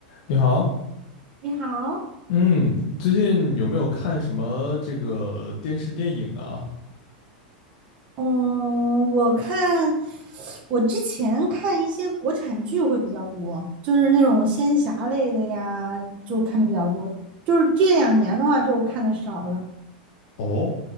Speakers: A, on the left (about 60°); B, on the right (about 35°).
A: 你好，
B: 你好，
A: 嗯，最近有没有看什么这个电视电影啊？
B: 嗯，我看我之前看一些国产剧会比较多，就是那种仙侠类的呀，就看的比较多。就是这两年的话，就看的少了。
A: 哦，